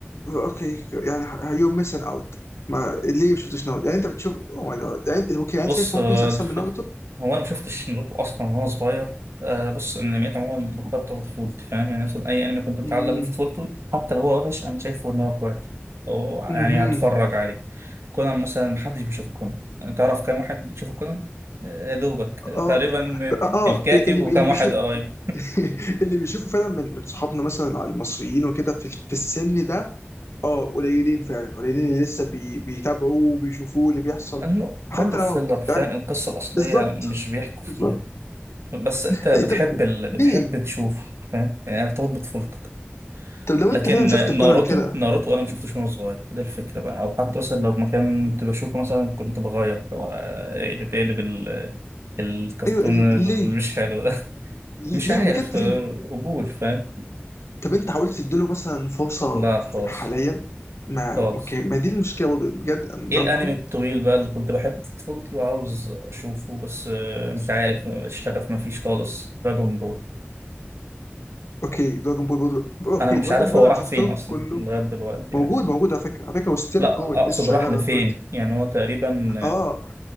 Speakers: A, on the left (about 85°); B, on the right (about 75°).
A: اوكي يعني يو ميسن اوت ما ليه ما شفتش ناروتو يعني انت بتشوف او ماي جاد يعني انت اوكي يعني
B: بص
A: انت شايف ون
B: آه،
A: بيس احسن
B: الفكرة
A: من ناروتو
B: هو انا ما شفتش ناروتو اصلا وهو صغير آه، بص الانميات عموما مرتبطه بطفولتي فاهم يعني مثلا اي انمي كنت متعلق
A: امم
B: بيه في طفولته حتى لو هو وحش انا شايفه ان هو كويس أو يعني
A: امم
B: هتفرج عليه كونان مثلا محدش بيشوف كونان تعرف كام واحد بيشوف كونان آه، دوبك
A: اه
B: تقريبا
A: اه
B: الكاتب
A: اللي
B: وكام
A: اللي بيشوف
B: واحد قريب
A: <laughs> اللي بيشوفه فعلا من من صحابنا مثلا المصريين وكده في في السن ده اه قليلين فعلا قليلين اللي لسه بي... بيتابعوه وبيشوفوه اللي بيحصل
B: لأنه
A: حتى
B: كله فيلر
A: لو
B: فاهم
A: يعني
B: القصة الأصلية
A: بالظبط
B: مش بيحكوا
A: بالظبط
B: فيها بس أنت بتحب
A: إيه، طب
B: ال... بتحب
A: ليه؟
B: تشوف فاهم يعني بتربط بطفولتك
A: طب لو
B: لكن
A: انت فعلا شفت كونان
B: ناروتو
A: كده
B: ناروتو أنا ما شفتوش وأنا صغير ده الفكرة بقى أو حتى مثلا لو ما كنت بشوفه مثلا كنت بغير آه، اقلب اقلب ال... الكرتون
A: ايوه ال-
B: اللي
A: ليه؟
B: مش حلو ده <laughs>
A: ليه
B: مش عارف
A: بجد
B: آه،
A: ليه؟
B: قبول فاهم
A: طب انت حاولت تديله مثلا فرصه
B: لا
A: في-
B: خالص
A: حاليا ما
B: خالص
A: اوكي ما دي المشكله برضه بجد أن
B: ايه
A: ناروتو
B: الانمي الطويل بقى اللي كنت بحبه في طفولتي وعاوز اشوفه بس آه، انت عارف آه، الشغف ما فيش خالص دراجون بول
A: اوكي دراجون بول برضه اوكي
B: انا مش
A: دراجون
B: عارف
A: بول
B: هو
A: انا
B: راح
A: شفته
B: فين اصلا
A: كله
B: لغايه دلوقتي
A: موجود
B: يعني
A: موجود على فكره على فكره وستيل
B: لا
A: جوين
B: اقصد
A: لسه شغال
B: راح
A: لغايه
B: لفين
A: دلوقتي
B: يعني هو تقريبا
A: اه